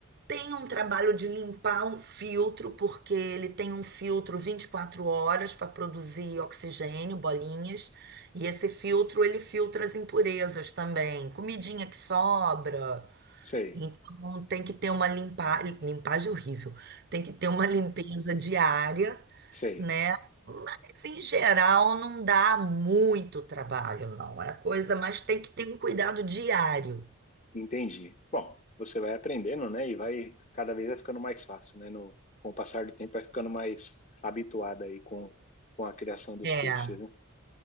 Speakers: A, on the right; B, on the left.
A: tem um trabalho de limpar um filtro, porque ele tem um filtro 24 horas para produzir oxigênio, bolinhas, e esse filtro ele filtra as impurezas também, comidinha que sobra.
B: sei,
A: Então tem que ter uma limpa... limpagem horrível, tem que ter uma limpeza diária
B: <laughs> sei.
A: né? Mas em geral não dá muito trabalho, não. É coisa, mas tem que ter um cuidado diário.
B: Entendi. Bom, você vai aprendendo, né? E vai, cada vez vai ficando mais fácil, né? No, com o passar do tempo, vai ficando mais habituada aí com, com a criação dos
A: É,
B: peixes,
A: é.
B: né?